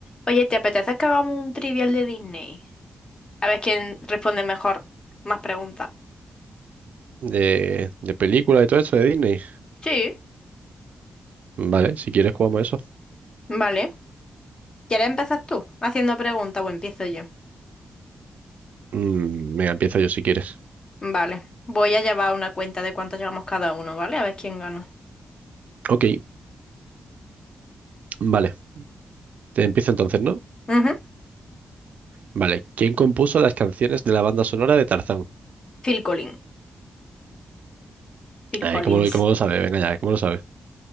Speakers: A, on the left; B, on the right.
A: Oye, ¿te apetece que hagamos un trivial de Disney? A ver quién responde mejor más preguntas.
B: De, de película y todo eso de Disney.
A: Sí,
B: Vale, si quieres jugamos eso.
A: vale. ¿Quieres empezar tú haciendo preguntas o empiezo yo?
B: Mm, venga, empiezo yo si quieres.
A: Vale. Voy a llevar una cuenta de cuánto llevamos cada uno, ¿vale? A ver quién gana.
B: Ok, vale. Te empiezo entonces, ¿no?
A: Ujú.
B: Vale. ¿Quién compuso las canciones de la banda sonora de Tarzán?
A: Phil Collins. Phil
B: Ay,
A: Collins.
B: ¿cómo lo, cómo lo sabe? Venga ya, ¿cómo lo sabe?